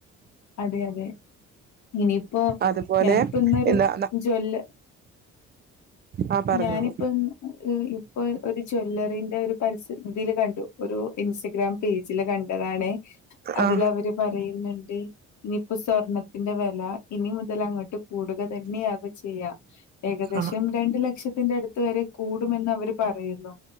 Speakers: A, on the left; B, on the right.
A: അതെ അതെ ഇനിയിപ്പോ
B: അതുപോലെ
A: ഞാനിപ്പോ ഇന്നൊരു
B: എന്താ
A: ജ്വല
B: ആ പറഞ്ഞോളൂ
A: ഞാനിപ്പോ ഇപ്പോ ഒരു ജ്വല്ലറിന്റെ ഒരു പരസ്യത്തി ഒരു ഇതില് കണ്ടു ഒരു ഇൻസ്റ്റഗ്രാം പേജില് കണ്ടതാണേ അതില്
B: ആ
A: അവര് പറയുന്നുണ്ട് ഇനിയിപ്പോ സ്വർണ്ണത്തിന്റെ വില ഇനി മുതൽ അങ്ങോട്ട് കൂടുക തന്നെയാകും ചെയ്യാ ഏകദേശം
B: ആ
A: രണ്ടു ലക്ഷത്തിന്റെ അടുത്ത് വരെ കൂടുമെന്ന് അവര് പറയുന്നു